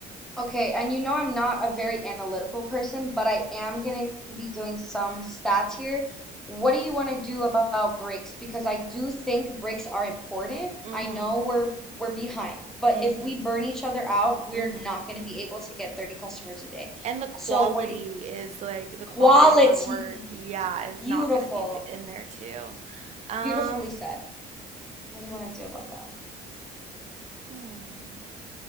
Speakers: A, in the centre; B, on the right.
A: Okay, and you know I'm not a very analytical person, but I am going to be doing some stats here. What do you want to do about breaks? Because I do think breaks are important.
B: Mm
A: I know
B: hmm.
A: we're we're behind, but
B: Mm
A: if
B: hmm.
A: we burn each other out, we're
B: Mm hmm.
A: not going to be able to get 30 customers a day.
B: And the quality
A: So what do you,
B: is like the quality
A: quality,
B: of our work, yeah, is
A: beautiful,
B: not going to be th- in there too. Um,
A: beautifully said. What do you want to do about that?
B: Hmm.